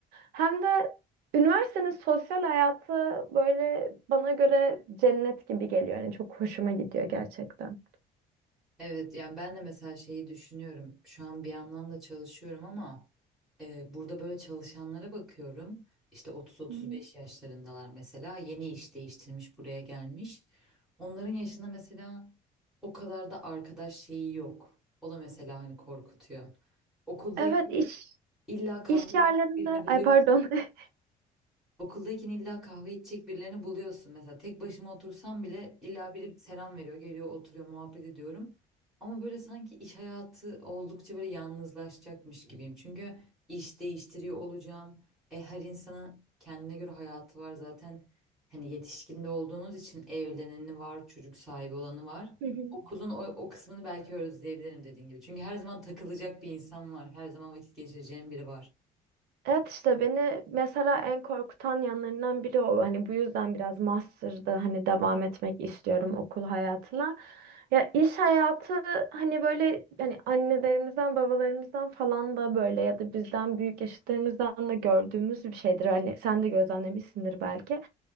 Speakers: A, on the right (about 85°); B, in the centre.
A: Hem de Üniversitenin sosyal hayatı böyle bana göre cennet gibi geliyor. Yani çok hoşuma gidiyor gerçekten.
B: Evet yani ben de mesela şeyi düşünüyorum. Şu an bir yandan da çalışıyorum ama e, burada böyle çalışanlara bakıyorum. İşte 30-35
A: Hı hı.
B: yaşlarındalar mesela yeni iş değiştirmiş buraya gelmiş. Onların yaşında mesela o kadar da arkadaş şeyi yok. O da mesela hani korkutuyor. Okuldayken
A: Evet iş
B: illa kahve
A: iş yerlerinde
B: birini buluyorsun.
A: ay pardon. <laughs>
B: Okuldayken illa kahve içecek birilerini buluyorsun. Mesela tek başıma otursam bile illa biri selam veriyor, geliyor, oturuyor, muhabbet ediyorum. Ama böyle sanki iş hayatı oldukça böyle yalnızlaşacakmış gibiyim. Çünkü iş değiştiriyor olacağım. E, her insanın kendine göre hayatı var zaten. Hani yetişkinde olduğunuz için evleneni var, çocuk sahibi olanı var.
A: Hı hı.
B: Okulun o, o kısmını belki özleyebilirim dediğin gibi. Çünkü her zaman takılacak bir insan var. Her zaman vakit geçireceğim biri var.
A: Evet işte beni mesela en korkutan yanlarından biri o. Hani bu yüzden biraz master'da hani devam etmek istiyorum okul hayatına. Ya iş hayatı hani böyle hani annelerimizden babalarımızdan falan da böyle ya da bizden büyük yaşıtlarımızdan da gördüğümüz bir şeydir. Hani sen de gözlemlemişsindir belki.